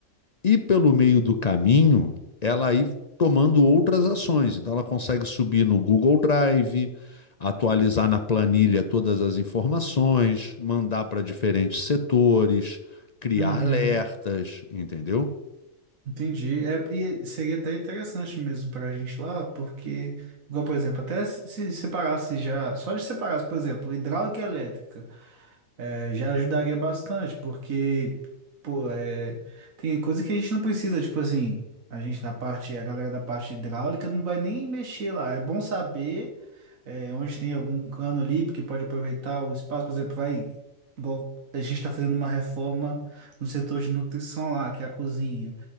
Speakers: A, on the left; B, on the right.
A: e pelo meio do caminho, ela aí tomando outras ações. Então, ela consegue subir no Google Drive, atualizar na planilha todas as informações, mandar para diferentes setores, criar
B: Uhum.
A: alertas, entendeu?
B: Entendi. É, e seria até interessante mesmo para a gente lá, porque, igual, por exemplo, até se se separasse já, só de separasse, por exemplo, hidráulica e elétrica, é, já ajudaria bastante, porque, pô, é, tem coisa que a gente não precisa, tipo assim, a gente na parte, a galera da parte hidráulica não vai nem mexer lá. É bom saber. é, onde tem algum cano ali, porque pode aproveitar o espaço, por exemplo, vai, igual a gente está fazendo uma reforma no setor de nutrição lá, que é a cozinha.